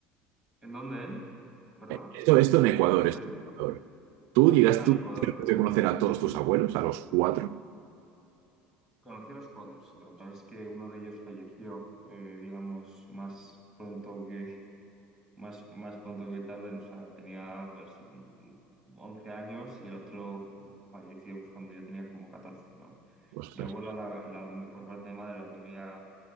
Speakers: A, in the centre; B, on the right.
A: ¿En dónde, en? ¿Perdona?
B: Esto, esto en Ecuador,
A: No te
B: esto
A: digo.
B: en Ecuador. ¿Tú llegas
A: Ah,
B: tú
A: en Ecuador.
B: a conocer a todos tus abuelos, a los cuatro?
A: Conocí a los cuatro, sí, lo que pasa es que uno de ellos falleció, eh, digamos, más pronto que más, más pronto que tarde, nos tenía pues un- 11 años y el otro falleció pues, cuando yo tenía como catorce ¿no?
B: Ostras,
A: Mi abuela, la, la- por parte de madre, la llegué a,